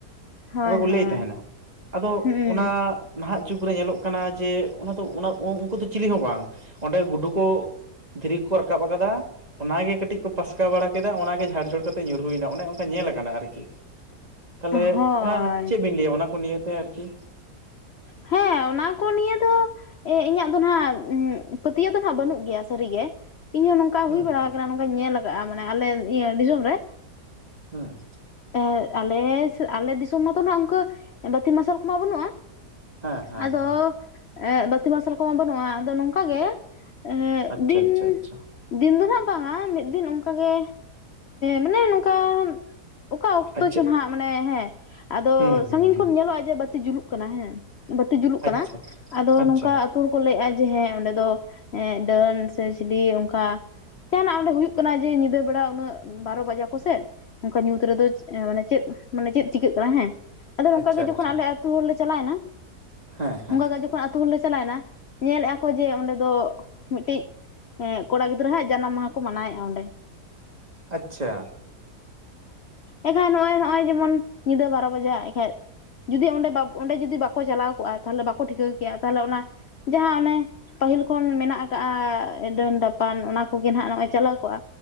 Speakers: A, on the left; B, on the right.
A: ᱦᱳᱭ
B: ᱚᱱᱠᱟ ᱠᱚ
A: ᱦᱳᱭ
B: ᱞᱟᱹᱭ ᱛᱟᱦᱮᱱᱟ ᱟᱫᱚ
A: ᱦᱩᱸ
B: ᱚᱱᱟ ᱱᱟᱦᱟᱜ ᱡᱩᱜᱽ ᱨᱮ ᱧᱮᱞᱚᱜ ᱠᱟᱱᱟ ᱡᱮ ᱚᱱᱟ ᱫᱚ ᱚᱱᱟ ᱩᱱᱠᱩ ᱫᱚ ᱪᱤᱞᱤ ᱦᱚᱸ ᱵᱟᱝ ᱚᱸᱰᱮ ᱜᱩᱰᱩ ᱠᱚ ᱫᱷᱤᱨᱤ ᱠᱚ ᱨᱟᱠᱟᱵ ᱟᱠᱟᱫᱟ ᱚᱱᱟᱜᱮ ᱠᱟᱹᱴᱤᱡ ᱠᱚ ᱯᱟᱥᱠᱟ ᱵᱟᱲᱟ ᱠᱮᱫᱟ ᱚᱱᱟᱜᱮ ᱡᱷᱟᱲ ᱡᱷᱩᱲ ᱠᱟᱛᱮᱫ ᱧᱩᱨᱦᱩᱭᱱᱟ ᱚᱱᱮ ᱚᱱᱠᱟ ᱧᱮᱞ ᱠᱟᱱᱟ ᱟᱨᱠᱤ ᱛᱟᱦᱚᱞᱮ
A: ᱦᱳᱭ
B: ᱚᱱᱟ ᱪᱮᱫ ᱵᱤᱱ ᱞᱟᱹᱭᱟ ᱚᱱᱟ ᱠᱚ ᱱᱤᱭᱮᱛᱮ ᱟᱨᱠᱤ
A: ᱦᱮᱸ ᱚᱱᱟ ᱠᱚ ᱱᱤᱭᱮ ᱫᱚ ᱮ ᱤᱧᱟᱹᱜ ᱫᱚ ᱦᱟᱜ ᱯᱟᱹᱛᱭᱟᱹᱣ ᱫᱚ ᱦᱟᱜ ᱵᱟᱹᱱᱩᱜ ᱜᱮᱭᱟ ᱥᱟᱹᱨᱤᱜᱮ ᱤᱧᱦᱚᱸ ᱱᱚᱝᱠᱟ ᱚᱱᱠᱟ
B: ᱦᱮᱸ
A: ᱦᱩᱭ ᱵᱟᱲᱟ
B: ᱦᱮᱸ
A: ᱟᱠᱟᱱᱟ ᱱᱚᱝᱠᱟᱧ ᱧᱮᱞ ᱟᱠᱟᱫᱼᱟ ᱢᱟᱱᱮ ᱟᱞᱮ ᱤᱭᱟᱹ ᱫᱤᱥᱚᱢ ᱨᱮ
B: ᱦᱮᱸ
A: ᱮ ᱟᱞᱮ ᱟᱞᱮ ᱫᱤᱥᱚᱢ ᱢᱟᱛᱚ ᱱᱟᱜ ᱚᱱᱠᱟ ᱵᱟᱹᱛᱤ ᱢᱟᱨᱥᱟᱞ ᱠᱚᱢᱟ ᱵᱟᱹᱱᱩᱜᱼᱟ ᱾
B: ᱦᱮᱸ
A: ᱟᱫᱚ
B: ᱦᱮᱸ
A: ᱵᱟᱹᱛᱤ ᱢᱟᱨᱥᱟᱞ ᱠᱚᱢᱟ ᱵᱟᱹᱱᱩᱜᱼᱟ ᱟᱫᱚ ᱱᱚᱝᱠᱟᱜ ᱜᱮ ᱮᱸᱜ
B: ᱟᱪᱪᱷᱟ
A: ᱫᱤᱱ
B: ᱟᱪᱪᱷᱟ ᱟᱪᱪᱷᱟ
A: ᱫᱤᱱ ᱫᱚ ᱱᱟᱜ ᱵᱟᱝ-ᱟ ᱢᱤᱫ ᱫᱤᱱ ᱚᱱᱠᱟ ᱜᱮ ᱢᱟᱱᱮ ᱱᱚᱝᱠᱟ ᱚᱠᱟ ᱚᱠᱛᱚ
B: ᱟᱪᱪᱷᱟ
A: ᱪᱚ ᱱᱟᱦᱟᱜ ᱢᱟᱱᱮ ᱦᱮᱸ ᱟᱫᱚ
B: ᱦᱮᱸ ᱦᱮᱸ
A: ᱥᱟᱺᱜᱤᱧ
B: ᱦᱮᱸ
A: ᱠᱷᱚᱱ ᱧᱮᱞᱚᱜᱼᱟ ᱡᱮ ᱵᱟᱹᱛᱤ ᱡᱩᱞᱩᱜ ᱠᱟᱱᱟ ᱦᱮᱸ ᱵᱟᱹᱛᱤ ᱡᱩᱞᱩᱜ ᱠᱟᱱᱟ
B: ᱟᱪᱪᱷᱟ
A: ᱟᱫᱚ
B: ᱟᱪᱪᱷᱟ
A: ᱱᱚᱝᱠᱟ ᱟᱹᱛᱩ ᱦᱚᱲ ᱠᱚ ᱞᱟᱹᱭᱮᱫᱼᱟ ᱡᱮ ᱦᱮᱸ ᱚᱸᱰᱮ ᱫᱚ ᱮ ᱰᱟᱹᱱ ᱥᱮ ᱪᱤᱞᱤ ᱚᱱᱠᱟ ᱡᱟᱦᱟᱱᱟᱜ ᱚᱸᱰᱮ ᱦᱩᱭᱩᱜ ᱠᱟᱱᱟ ᱡᱮ ᱧᱤᱫᱟᱹ ᱵᱮᱲᱟ ᱩᱱᱟᱹᱜ ᱵᱟᱨᱚ ᱵᱟᱡᱟ ᱠᱚ ᱥᱮᱜ ᱚᱱᱠᱟ ᱧᱩᱛ ᱨᱮᱫᱚ ᱪᱮᱫ ᱢᱟᱱᱮ ᱪᱮᱫ ᱪᱤᱠᱟᱹᱜ ᱠᱟᱱᱟ ᱦᱮᱸ ᱟᱫᱚ ᱱᱚᱝᱠᱟ
B: ᱟᱪᱪᱷᱟ
A: ᱜᱮ ᱡᱚᱠᱷᱚᱱ
B: ᱟᱪᱪᱷᱟ
A: ᱟᱞᱮ ᱟᱹᱛᱩ ᱟᱹᱛᱩ ᱦᱚᱲ ᱞᱮ ᱪᱟᱞᱟᱣ ᱮᱱᱟ
B: ᱦᱮᱸ ᱦᱮᱸ
A: ᱚᱱᱠᱟ ᱜᱮ ᱡᱚᱠᱷᱚᱱ ᱟᱛᱩ ᱦᱚᱲ ᱞᱮ ᱪᱟᱞᱟᱣ ᱮᱱᱟ ᱧᱮᱞ ᱞᱮᱜ ᱟ ᱠᱚ ᱡᱮ ᱚᱸᱰᱮ ᱫᱚ ᱢᱤᱫᱴᱤᱡ ᱦᱮᱸ ᱠᱚᱲᱟ ᱜᱤᱫᱽᱨᱟᱹ ᱦᱟᱜ ᱡᱟᱱᱟᱢ ᱢᱟᱦᱟ ᱠᱚ ᱢᱟᱱᱟᱣᱮᱫᱼᱟ ᱚᱸᱰᱮ
B: ᱟᱪᱪᱷᱟ
A: ᱮᱱᱠᱷᱟᱡ ᱱᱚᱜᱼᱚᱭ ᱱᱚᱜᱼᱚᱭ ᱡᱮᱢᱚᱱ ᱧᱤᱫᱟᱹ ᱵᱟᱨᱚ ᱵᱟᱡᱟᱜ ᱮᱱᱠᱷᱟᱡ ᱡᱩᱫᱤ ᱚᱸᱰᱮ ᱵᱟᱠ ᱚᱸᱰᱮ ᱡᱩᱫᱤ ᱵᱟᱠ ᱪᱟᱞᱟᱣ ᱠᱚᱜᱼᱟ ᱛᱟᱦᱚᱞᱮ ᱵᱟᱠᱚ ᱴᱷᱤᱠᱟᱹ ᱠᱮᱭᱟ ᱛᱟᱦᱚᱞᱮ ᱚᱱᱟ ᱡᱟᱦᱟᱸ ᱚᱱᱮ ᱯᱟᱹᱦᱤᱞ ᱠᱷᱚᱱ ᱢᱮᱱᱟᱜ ᱟᱠᱟᱜᱼᱟ ᱰᱟᱹᱱ ᱰᱟᱯᱟᱱ ᱚᱱᱟ ᱠᱚᱜᱮ ᱱᱟᱜ ᱱᱚᱜᱼᱚᱭ ᱪᱟᱞᱟᱣ ᱠᱚᱜᱼᱟ